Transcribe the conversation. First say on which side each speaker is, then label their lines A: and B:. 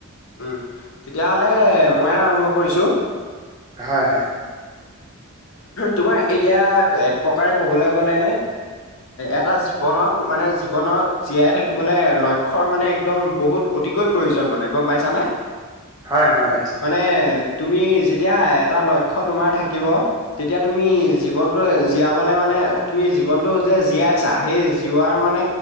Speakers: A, on the left (about 65°); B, on the right (about 15°).
A: উম তেতিয়াহলে মই আৰম্ভ কৰিছো
B: হয়, হয়,
A: তোমাৰ এতিয়া এক প্ৰকাৰে ক'বলৈ গ'লে এটা জীৱনত মানে জীৱনত জীয়াই থাকিবলৈ লক্ষ্যৰ মানে একদম বহুত অতিকৈ প্ৰয়োজন মানে গম পাইছানে?
B: হয় হয় পাইছো
A: মানে তুমি যেতিয়া এটা লক্ষ্য তোমাৰ থাকিব তেতিয়া তুমি জীৱনতটো জীয়াবলে মানে তুমি জীৱনতটো যে জীয়াইছা সেইজীয়া মানে মানে